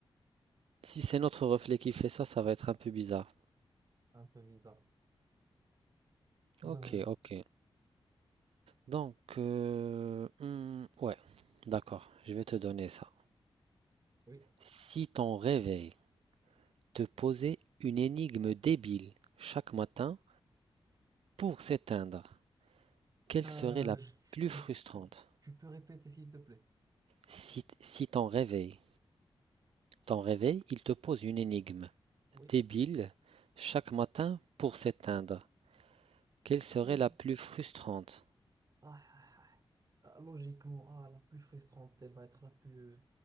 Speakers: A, on the right (about 80°); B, on the right (about 40°).
A: si c'est notre reflet qui fait ça, ça va être un peu bizarre.
B: Un peu bizarre. Ouais,
A: Ok, ok. Donc, euh, hmm, ouais, d'accord, je vais te donner ça.
B: oui.
A: Si ton réveil te posait une énigme débile chaque matin pour s'éteindre, quelle
B: Euh,
A: serait la
B: je-
A: plus
B: Est-ce
A: frustrante?
B: que tu peux répéter, s'il te plaît?
A: Si, t- si ton réveil, ton réveil, il te pose une énigme
B: Oui.
A: débile chaque matin pour s'éteindre. Quelle serait
B: Oui.
A: la plus frustrante?
B: Ah, ah, ah. Ah, logiquement, ah, la plus frustrante, elle va être la plus...